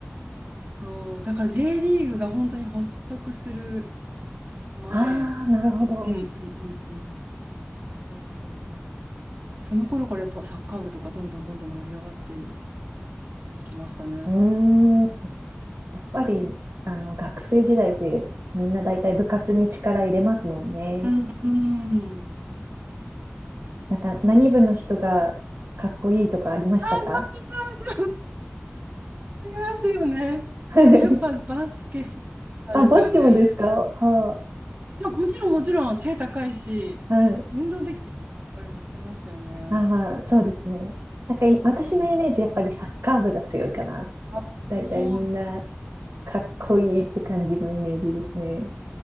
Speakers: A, on the right (about 35°); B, on the right (about 70°).
A: そう、だから J リーグが本当に発足する前
B: ああ、なるほど。
A: うんうんうんうんうん。だったので、その頃からやっぱサッカー部とかどんどんどんどん盛り上がっていきましたね。
B: うーん。やっぱり、あの、学生時代ってみんな大体部活に力入れますもんね。
A: うん、うんっ
B: なんか、何部の人がかっこいいとかありましたか
A: てあ。<laughs> ありますよね。
B: はい
A: やっぱバスケセンターですよね。
B: <laughs> あ、バスケもですかは
A: いや、もちろんもちろん背高いし、
B: あ、はい。
A: 運動できるとやっぱりモテますよね。
B: ああ、そうですね。なんかい私のイメージ、
A: うん
B: やっぱりサッカー部が強いかな。
A: あ、
B: だいたいみんな
A: もう、
B: かっこいいって感じのイメージですね。